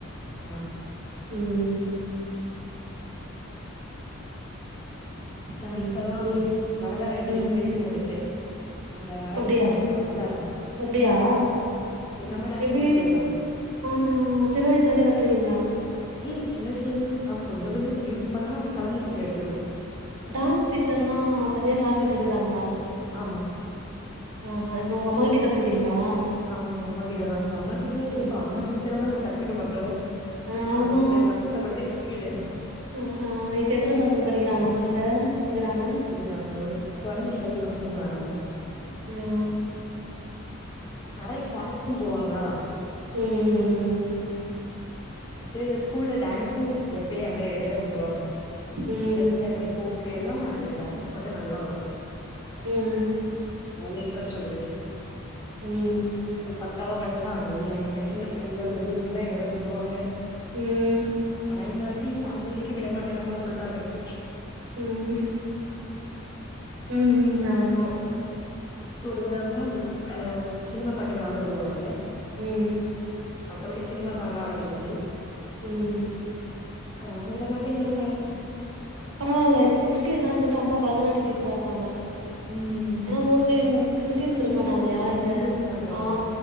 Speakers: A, on the left (about 20°); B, on the right (about 65°).
A: எனா
B: ம்
A: நா
B: ம்
A: இப்பதா
B: நீங்க
A: பரதநாட்டியத்தில
B: ம்
A: இது முடிச்சே இந்த அரங்கேற்றம்
B: அப்டியா
A: எடுப்பாங்கள
B: அப்டியா
A: எங்க அம்மா டான்ஸ்
B: எப்டி
A: டீச்சர் தா
B: ஆ ஹா சின்ன வயசுல இருந்தே கத்துறீங்களா
A: இல்ல இல்ல சின்ன வயசல இருந்து ஆ கொஞ்சோ கொஞ்சோ தெரியு இப்பதா சலங்கு பூஜ எடுத்து முடிச்சே
B: டான்ஸ் டீச்சர்னா தனியா கிளாஸ் வச்சு எடுக்கறாங்களா
A: ஆமா
B: ஓஹோ இப்ப உங்க அம்மா கிட்டேயே கத்துக்கிட்டீங்களா
A: ஆமா ஆமா அம்மா கிட்டதா அம்மா கிட்ட
B: ம்
A: இப்ப அம்மா டீச்சரா தான் நம்ம கத்துக்க மாட்டோ
B: ஆமா
A: ஆ எப்டி கஷ்டப்பட்டு கத்திக்கிட்டே
B: ஆ ஹா இப்போ எத்தனை பசங்க படிக்கிறாங்க அம்மா கிட்ட கத்துக்கிறாங்க
A: யாங்க ஒரு டுவெண்டிஃபைவ் சம்திங்ல வராங்க
B: <unintelligible>
A: நறைய கிளாஸ்க்கு போவாங்ளா
B: ம் ம் ம்
A: அடே ஸ்கூல்ல டான்ஸ்சு எப்பயு ஏ பே என்னயதா கூப்டுவாங்க
B: ம்
A: வெஸ்டன்னு ஃபோக் கு எல்லாமே ஆடுவே டான்ஸ் மட்டு நல்லா வரு
B: ம்
A: அய்ல இன்ட்ரஸ்ட் உண்டு
B: ம்
A: பக்காவா பண்ணுவேனா எல்லா என்ன சின்ன பிள்ளைங்லா சொல்லி குடுக்குன்னா என்னதா கூப்டுவாங்க
B: ம்
A: ஆனா இந்த வாட்டி ஆன்வல் டேக்கி விட மாட்டேன்னு அம்மா சொல்ட்டாங்க இப்
B: ம் ம் ஆமா
A: இந் தரவ தா பெஸ்ட் அ இந்த சினிமா பாட்டுக்கு ஆட உடுவாங்க
B: ம்
A: மத்த படி சினிமா சாங்லா ஆட கூடாது
B: ம்
A: ஆ விட மாட்டேன் சொல்தாங்க
B: பரவால்ல இப் கிறிஸ்டியனா இருந்துட்டு அம்மா பரதநாட்டிய டீச்சரா இருக்காங்க
A: ம்
B: ஏனா மோஸ்ட்லி இந் கிறிஸ்டியன்ஸ் இருக்க
A: ஹிந்துஸ்
B: மாட்டாங்க இல்லயா
A: தா
B: இந்த
A: ஹிந்துஸ் தா இருப்பாங்க
B: ஆ